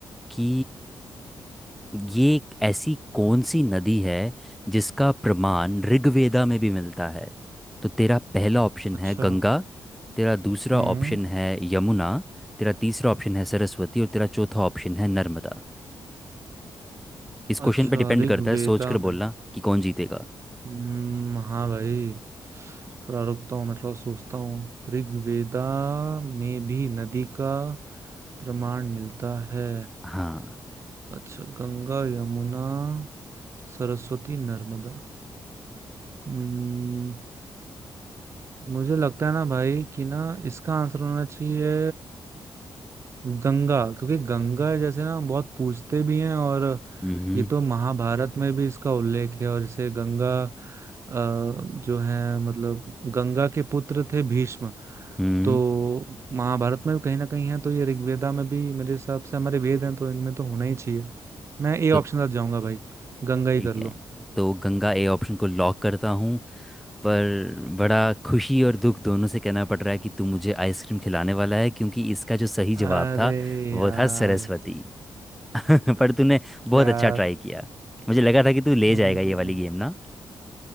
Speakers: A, in the centre; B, on the right.
A: कि ये एक ऐसी कौन सी नदी है जिसका प्रमाण ऋग्वेदा में भी मिलता है तो तेरा पहला ऑप्शन
B: अच्छा
A: है गंगा तेरा दूसरा
B: हम्म
A: ऑप्शन है यमुना तेरा तीसरा ऑप्शन है सरस्वती और तेरा चौथा ऑप्शन है नर्मदा इस क्वेश्चन
B: अच्छा
A: पे डिपेंड
B: ऋग्वेदा
A: करता है सोच कर
B: में
A: बोलना कि कौन जीतेगा
B: हम्म, हाँ भाई थोड़ा रुकता हूँ मैं थोड़ा सोचता हूँ ऋग्वेदा में भी नदी का प्रमाण मिलता है
A: हाँ
B: अच्छा गंगा यमुना सरस्वती नर्मदा हम्म मुझे लगता है ना भाई कि ना इसका आंसर होना चाहिए गंगा क्योंकि गंगा जैसे ना बहुत पूजते भी हैं और
A: हम्म
B: ये तो महाभारत में भी इसका उल्लेख है और इसे गंगा अ, जो है मतलब गंगा के पुत्र थे भीष्म
A: हम्म
B: तो महाभारत में भी कहीं ना कहीं है तो ये ऋग्वेदा में भी मेरे हिसाब से हमारे वेद हैं तो इनमें तो होना ही चाहिए मैं ए
A: तो
B: ऑप्शन साथ जाऊंगा भाई गंगा ही
A: ठीक
B: कर
A: है
B: लो
A: तो गंगा ए ऑप्शन को लॉक करता हूँ पर बड़ा खुशी और दुख दोनों से कहना पड़ रहा है कि तू मुझे आइसक्रीम खिलाने वाला है क्योंकि इसका जो सही
B: अरे
A: जवाब था वो
B: यार
A: था सरस्वती <laughs> पर तूने बहुत
B: यार
A: अच्छा ट्राई किया मुझे लगा था कि तू ले
B: हम्म,
A: जाएगा ये वाली गेम ना